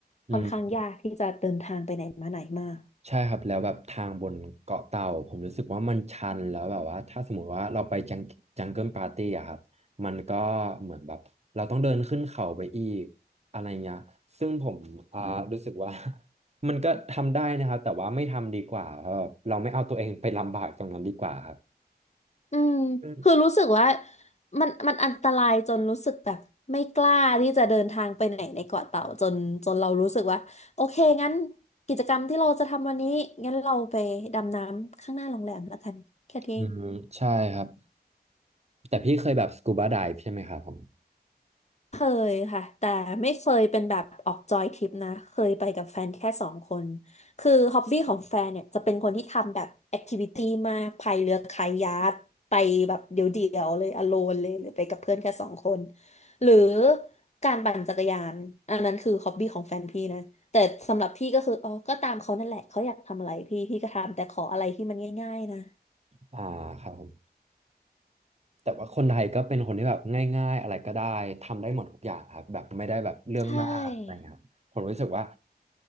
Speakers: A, on the right; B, on the left.
A: อืม
B: ค่อนข้างยากที่จะเดินทางไปไหนมาไหนมาก
A: ใช่ครับแล้วแบบทางบนเกาะเต่าผมรู้สึกว่ามันชันแล้วแบบว่าถ้าสมมติว่าเราไปจังจังเกิลปาร์ตี้อะครับมันก็เหมือนแบบเราต้องเดินขึ้นเขาไปอีกอะไรเงี้ยซึ่งผมอ่ารู้สึกว่า <laughs> มันก็ทำได้นะครับแต่ว่าไม่ทำดีกว่าเพราะแบบเราไม่เอาตัวเองไปลำบากตรงนั้นดีกว่าครับ
B: อืม
A: อืม
B: คือรู้สึกว่ามันมันอันตรายจนรู้สึกแบบไม่กล้าที่จะเดินทางไปไหนในเกาะเต่าจนจนเรารู้สึกว่าโอเคงั้นกิจกรรมที่เราจะทำวันนี้งั้นเราไปดำน้ำข้างหน้าโรงแรมแล้วกันแค่นี้
A: อืมใช่ครับแต่พี่เคยแบบสกูบาไดฟ์ใช่ไหมครับผม
B: เคยค่ะแต่ไม่เคยเป็นแบบออกจอยทริปนะเคยไปกับแฟนแค่สองคนคือฮอบบี้ของแฟนเนี่ยจะเป็นคนที่ทำแบบแอคทิวิตี้มากพายเรือคายัคไปแบบเดี่ยวๆเลยอโลนเลยหรือไปกับเพื่อนแค่สองคนหรือการปั่นจักรยานอันนั้นคือฮอบบี้ของแฟนพี่นะแต่สำหรับพี่ก็คืออ๋อก็ตามเขานั่นแหละเขาอยากทำอะไรพี่พี่ก็ทำแต่ขออะไรที่มันง่ายๆนะ
A: อ่าครับผม แต่ว่าคนไทยก็เป็นคนที่แบบง่ายๆอะไรก็ได้ทำได้หมดทุกอย่างครับแบบไม่ได้แบบเรื่องมากอะไรเงี้ยครับผมรู้สึกว่า
B: ใช่